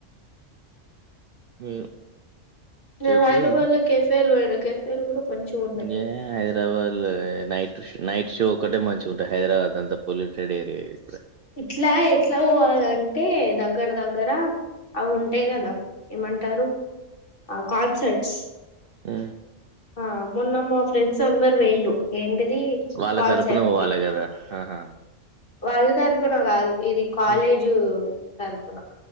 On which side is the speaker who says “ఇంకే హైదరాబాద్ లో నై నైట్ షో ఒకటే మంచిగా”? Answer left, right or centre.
Right